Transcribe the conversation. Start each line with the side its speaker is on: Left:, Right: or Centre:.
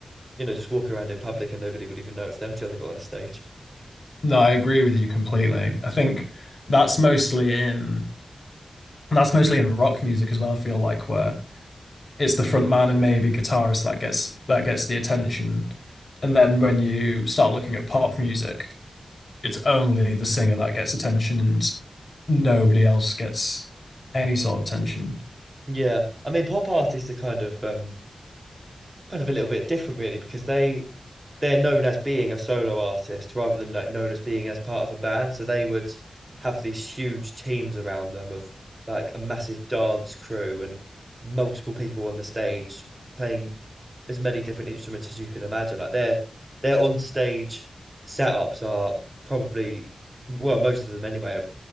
Right: you know just walk around in public and nobody would even know it's them till they got on a stage.
Left: No, I agree with you completely. I think that's mostly in that's mostly in rock music as well, I feel like where it's the front man and maybe guitarist that gets that gets the attention. And then when you start looking at pop music, it's only the singer that gets attention and nobody else gets any sort of attention.
Right: Yeah, I mean, pop artists are kind of um, kind of a little bit different really because they they're known as being a solo artist rather than like known as being as part of a band. So they would have these huge teams around them of like a massive dance crew and multiple people on the stage playing as many different instruments as you could imagine. Like their their on stage setups are probably well, most of them anyway, are